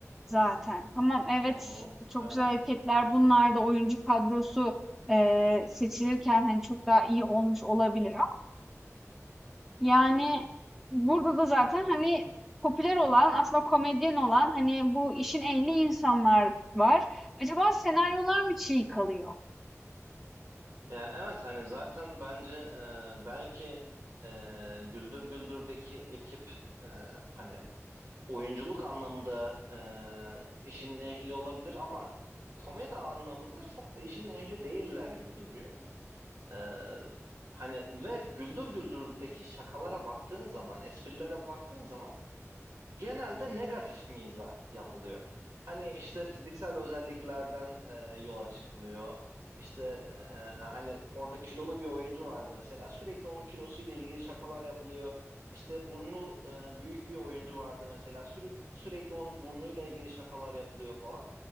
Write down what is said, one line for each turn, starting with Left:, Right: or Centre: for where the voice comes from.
Centre: zaten. Tamam evet
Right: Hı hı.
Centre: çok
Right: Evet.
Centre: güzel hareketler bunlar da oyuncu kadrosu eee, seçilirken hani çok daha iyi olmuş olabilir yani, burada da zaten, hani, popüler olan, aslında komedyen olan, hani, bu işin ehli insanlar var. Acaba senaryolar mı çiğ kalıyor?
Right: Ya evet hani zaten bence e, belki e, Güldür Güldür'deki ekip e, hani oyunculuk anlamında e, işin ehli olabilir ama komedi anlamında çok da işin ehli değiller gibi duruyor. E, hani ve Güldür Güldür'deki şakalara baktığın zaman, esprilere baktığın zaman genelde negatif mizah yapılıyor. Hani işte fiziksel özelliklerden e, yola çıkılıyor. İşte e, hani orada kilolu bir oyuncu vardı mesela. Sürekli onun kilosuyla ilgili şakalar yapılıyor. İşte burnu e, büyük bir oyuncu vardı mesela. Sürü- sürekli onun burnuyla ilgili şakalar yapılıyor falan.